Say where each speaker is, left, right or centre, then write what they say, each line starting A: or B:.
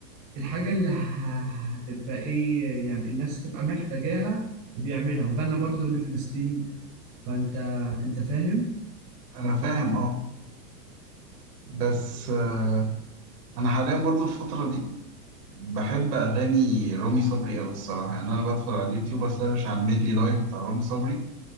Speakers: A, on the right; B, on the right.
A: الحاجه اللي ه- هتبقى ايه يعني الناس تبقى محتاجاها وبيعملها وغنى برضو لفلسطين فانت انت فاهم
B: أنا فاهم أه بس آه، أنا حاليا برضو الفترة دي بحب أغاني رامي صبري أوي الصراحة يعني أنا بدخل على اليوتيوب أسرش على الميدلي لايف بتاع رامي صبري